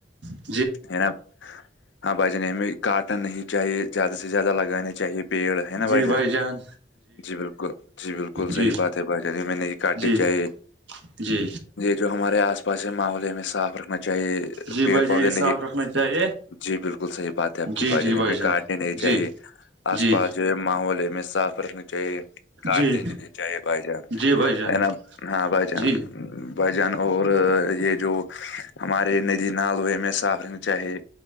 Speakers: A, on the right (about 80°); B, on the left (about 80°).
A: اچھا
B: ہے نا ہاں بھائی جن ہمیں کاٹن ہی چاہیے زیادہ سے زیادہ لگانے چاہیے پیڑ ہے نا
A: جی
B: بچان
A: بھائی جان
B: جی بالکل جی بالکل صحیح
A: جی
B: بات ہے بھائی جان میں نے یہ کاٹی
A: جی
B: چاہ
A: جی
B: جو ہمارے آس پاس ماحول ہمیں صاف رکھنا چاہیے
A: جی
B: پیٹ
A: بھائی جان یہ
B: پے نہیں
A: صاف رکھنا چاہیے
B: جی بالکل صحیح بات ہے آپ کی
A: جی
B: بھائی
A: جی
B: جانی کاٹنے
A: جان
B: نہیں
A: جی
B: چاہیے آس
A: جی
B: پاس جو ماحولے میں صاف رکھنی چاہیے کاٹ
A: جی
B: نہیں چاہ ب جا
A: جی بھائی جان
B: ن ہاں ب جا
A: جی
B: بھجن اور یہ جو ہمارے ندی نال ہوئے میں صاف رہنا چاہے